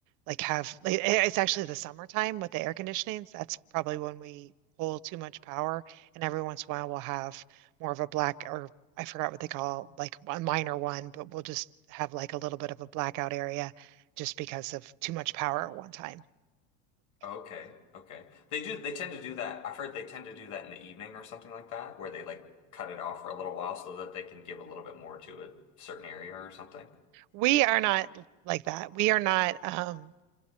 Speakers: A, on the right; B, on the left.
A: like have like, eh, it's actually the summertime with the air conditionings. That's probably when we pull too much power, and every once in a while we'll have more of a black or I forgot what they call like a minor one, but we'll just have like a little bit of a blackout area just because of too much power at one time.
B: Okay, okay. They do, they tend to do that. I've heard they tend to do that in the evening or something like that, where they like cut it off for a little while so that they can give a little bit more to a certain area or something.
A: We are not like that. We are not. Um,